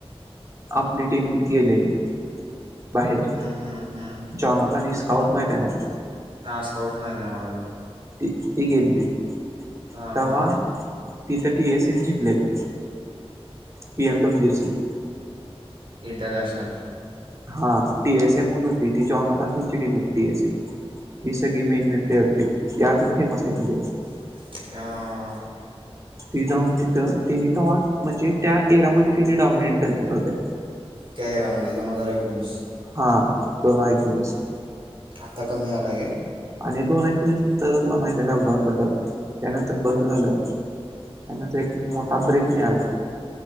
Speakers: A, on the right; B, on the right.
A: आपली टीम गेलेली. बाहेर
B: हम्म हम्म हम्म
A: जॉनकनी स्काउट माहिती आहे ना
B: ह स्कोर्टस माहि का आहे मलाी
A: त ती गेल त
B: हां
A: तेव्हा
B: हां
A: ति तर टी एस ए जिंकलेली पी एमडब्ल्यू सी
B: इंटरनेॅशनल
A: हा टी एस एमण होती ती जणत तची टीम होती टीएस एम ती सगळी मेनरिटी ती अजून फेमस आहेत इंडिया
B: हा
A: ती जाऊन तिथं त्यांनी ते्हा म्हणजे त्या एरमध्ये त्यांिने डॉमिनेट करतात थोडक्या
B: त्या एरामध्ये दोन हजार एकोणीस
A: हा दोन हजार एकोणीस.
B: आत्ता कमी आला आहे का?
A: आणि दोन अ पस नंतर तुला माहिती आहे लॉकडाऊन पडलं त्यानंतर बंद झालं त्यानंतर एक मोठा ब्रेक मिळाला